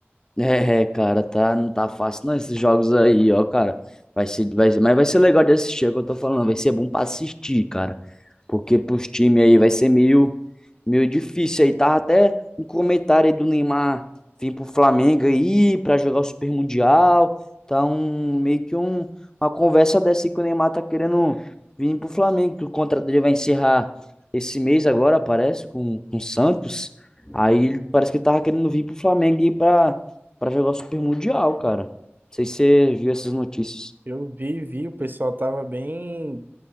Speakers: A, on the left; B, on the right.
A: É, é, cara, tá, não tá fácil não esses jogos aí, ó, cara. Vai ser, vai ser, mas vai ser legal de assistir, é o que eu tô falando, vai ser bom pra assistir, cara. Porque pros times aí vai ser meio, meio difícil aí. Tava até um comentário aí do Neymar vir pro Flamengo aí pra jogar o Super Mundial. Tá um, meio que um, uma conversa dessa aí que o Neymar tá querendo vir pro Flamengo, que o contrato dele vai encerrar esse mês agora, parece, com, com o Santos. Aí ele parece que ele tava querendo vir pro Flamengo e ir pra pra jogar o Super Mundial, cara. Não sei se você viu essas notícias.
B: Eu vi, vi, o pessoal tava bem